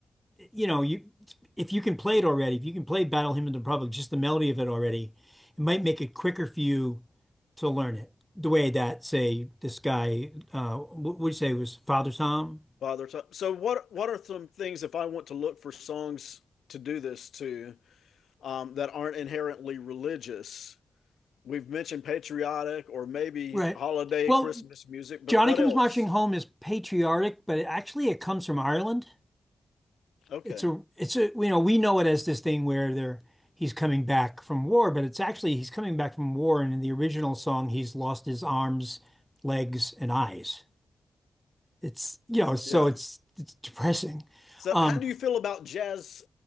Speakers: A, in the centre; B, on the left (about 85°).
A: you know, you if you can play it already, if you can play Battle Hymn of the Republic, just the melody of it already, it might make it quicker for you to learn it. The way that, say, this guy, uh, what would you say was Father Tom?
B: Father Time. So, what what are some things if I want to look for songs to do this to um, that aren't inherently religious? We've mentioned patriotic or maybe
A: Right.
B: holiday
A: Well,
B: Christmas music, but
A: Johnny
B: what
A: Comes
B: else?
A: Marching Home is patriotic, but it actually it comes from Ireland.
B: Okay,
A: It's a it's a you know, we know it as this thing where they're he's coming back from war, but it's actually he's coming back from war and in the original song he's lost his arms, legs, and eyes. It's you know, so
B: yeah.
A: it's it's depressing.
B: So,
A: Um,
B: how do you feel about jazz